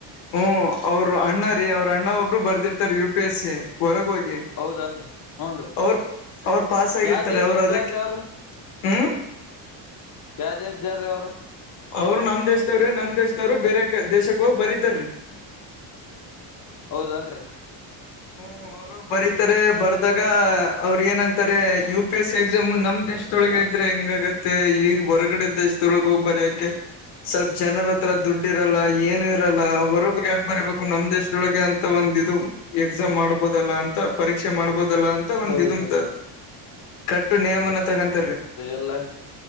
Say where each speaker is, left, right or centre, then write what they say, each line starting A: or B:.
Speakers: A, on the left; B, on the left.
A: ಹ್ಮ ಅವರು ಅಣ್ಣ ರೀ ಅವ್ರ ಅಣ್ಣ ಒಬ್ರು ಬರ್ದಿರ್ತಾರ ಯು ಪಿ ಎಸ್ ಸಿ ಹೊರಗ ಹೋಗಿ.
B: ಹೌದನ್ರಿ ಹ್ನ್ ರೀ
A: ಅವ್ರ ಅವ್ರ ಪಾಸ್ ಆಗಿರ್ತಾರೆ
B: ಯಾವ ದೇಶದಾರ್ರೀ
A: ಅವರು ಅದಕ್ಕೆ
B: ಅವ್ರ
A: ಹ್ಮ್.
B: ಯಾವ ದೇಶ್ ದವರ್ ರೀ ಅವ್ರು.
A: ಅವ್ರು ನಮ್ ದೇಶದವ್ರಿ ನಮ್ ದೇಶದವ್ರು ಬೇರೆ ದೇಶಕ್ ಹೋಗಿ ಬರೀತಾರ್ರೀ.
B: <unintelligible> ಹೌದನ್ರಿ.
A: ಹ್ಮ ಅವ್ರ. ಬರೀತಾರೆ ಬರ್ದಾಗ ಅವ್ರ ಏನಂತಾರೆ U P S C exam ನಮ್ ದೇಶದೊಳಗೆ ಇದ್ರೆ ಹೆಂಗ ಆಗುತ್ತ. ಮತ್ತೆ ಈ ಹೊರ್ಗಡೆ ದೇಶ ದೋಳಗ ಹೋಗ್ ಬರ್ಯಾಕೆ. ಸ್ವಲ್ಪ್ ಜನರ ಹತ್ರ ದುಡ್ಡು ಇರಲ್ಲ ಏನು ಇರಲ್ಲ ಹೊರಗ ಯಾಕ ಬರಬೇಕು ನಮ್ಮ್ ದೇಶದೊಳಗೆ ಅಂತ. ಒಂದ ಇದು ಎಕ್ಸಾಮ್ ಮಾಡ್ಬೋದಲ್ಲ ಅಂತ. ಪರೀಕ್ಷೆ ಮಾಡ್ಬೋದಲ್ಲ ಅಂತ ಒಂದ್
B: ಹೌದ್ರಿ
A: ಇದಂತ ಕಟ್ಟು ನಿಯಮನ ತಗೊಂತಾರೀ.
B: ಎಲ್ಲ